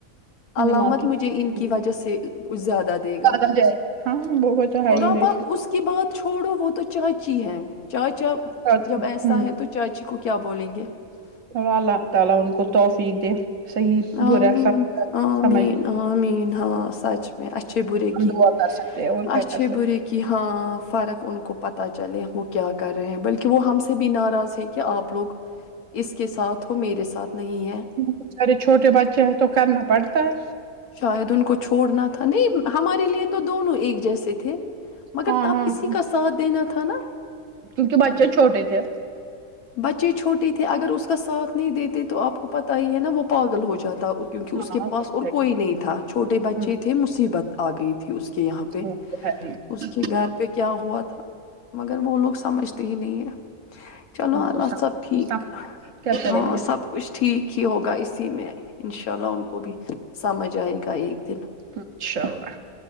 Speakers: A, on the left; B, on the right.
A: علامت
B: دماغ کی
A: مجھے
B: کمزوری
A: ان کی وجہ سے کچھ زیادہ دے گا
B: زیادہ جائے ہاں وہ وہ تو ہے
A: اور
B: ہی
A: آپ
B: بے
A: اپ
B: شک
A: اس کی بات چھوڑو وہ تو چاچی ہیں <unintelligible> چائے چاپ
B: ہوں
A: جب ایسا ہے تو <unintelligible> چی کو کیا بولیں گے <unintelligible>
B: <unintelligible>
A: ہ
B: برا
A: مین
B: سب
A: آ
B: سمجھ
A: مین آ مین ہاں سب م میں اچھے برے
B: ہم
A: کی
B: دعا کر سکتے ہیں اور کیا
A: اچھے
B: کر
A: برے کی ہاں فرق ان کو پتہ چ چلے ہوٹ کیا کر رہے ہیں بلکہ وہ ہم سے بھی ناراض ہیں کہ آپ لوگ اس کے ساتھ ہو میرے ساتھ نہیں ہے
B: سکتے بچارے چھوٹے بچے ہیں تو کرنا پڑتا ہے
A: شاید ان کو چھوڑنا تھا نہیں ہمارے لیے تو دونوں ایک جیسے تھے مگر
B: ہاں
A: تپ
B: ہاں
A: اسی کا ساتھ دینا تھا تھانا
B: کیونکہ بچے چھوٹے تھے
A: بچے چھوٹے تھے اگر اس کا ساتھ نہیں دیتے تو آپ کو پت ہی ہے نا وہ پاگل ہو جاتا کیونکہ اس
B: ہاں
A: کے
B: وہ
A: پاس
B: تو
A: اور
B: ہے
A: کوئی
B: ہی
A: نہیں تھا چھوٹے بچے
B: ہوں
A: تھے مصیبت آ گئی تھی اس کے یہاں پہ
B: وہ تو ہے ہی ان
A: اس کے گھر پہ کیا ہوا تھا مگر وہ لوگ سمجھتے ہی نہیں ہیں چلو اللہ
B: کو
A: سب ٹھیک
B: سب کیا کریں
A: ہ
B: گے
A: سب کچھ ٹھیک ہوگا اس میں آئے ان شاء اللہ ان کو بھی سمجھ آئے گا ایک دن
B: انشاء اللہ